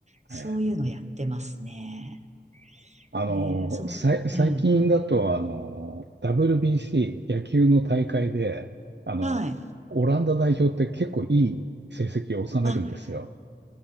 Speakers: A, on the right; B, on the right.
A: そういうのやってますね。
B: あ、ええ、あの、
A: えー、その、
B: さい、最近だと、
A: うん。
B: あの、WBC 野球の大会で、あの、
A: はい。
B: オランダ代表って結構いい成績を収めるんですよ。
A: あ、